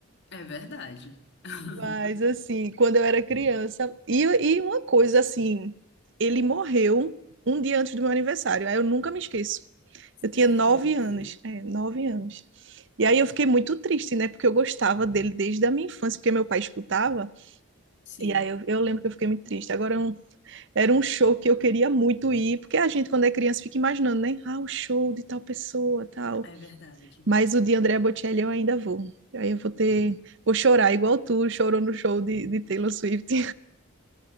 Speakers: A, on the left (about 55°); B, on the right (about 55°).
A: É verdade. <laughs>
B: Mas assim, quando eu era criança, e, e uma coisa assim, ele morreu um dia antes do meu aniversário, aí eu nunca me esqueço. Eu tinha
A: Sério,
B: nove
A: meu Deus.
B: anos, é, nove anos. E aí eu fiquei muito triste, né? Porque eu gostava dele desde a minha infância, porque meu pai escutava.
A: Sim,
B: E aí eu, eu lembro que eu fiquei muito triste. Agora um- era um show que eu queria muito ir, porque a gente, quando é criança, fica imaginando, né? Ah, o show de tal pessoa, tal.
A: é verdade.
B: Mas o de Andrea Bocelli eu ainda vou. Aí eu vou ter. Vou chorar igual tu chorou no show de, de Taylor Swift.